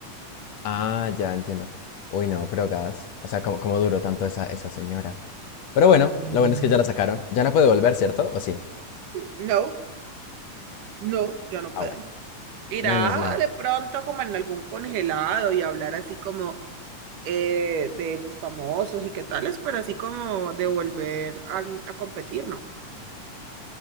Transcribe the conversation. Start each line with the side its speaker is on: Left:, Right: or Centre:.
Left: Ah, ya entiendo. Uy, no, pero gas. O sea, ¿cómo, cómo duró tanto esa, esa señora? Pero bueno,
Right: Ay, ni
Left: lo
Right: idea.
Left: bueno es que ya la sacaron. Ya no puede volver, ¿cierto? ¿O sí?
Right: No, no, ya no puede.
Left: Ah, bueno.
Right: Irá
Left: Menos mal.
Right: de pronto como en algún congelado y hablar así como eh, de los famosos y qué tales, pero así como de volver al- a competir, ¿no?